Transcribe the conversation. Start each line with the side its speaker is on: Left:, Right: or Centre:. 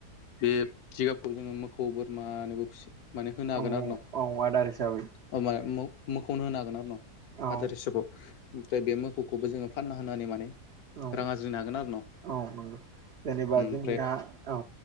Left: बे जिगाबखौ जोङो मोखौ बोरमानोबो फि माने होनो
Right: औ
Left: हागोन आरो ना
Right: औ आदार हिसाबै।
Left: अ मा मोखौनो होनो हागोन आरो न'
Right: औ
Left: आदार हिसाबाव। ओमफ्राय बे मोखौखौबो जोङो फानना होनानै माने
Right: औ
Left: रां आरज्रिनो हागोन आरो न'।
Right: औ नंगौ जेनेबा
Left: ओमफ्राय
Right: जोंनिया औ।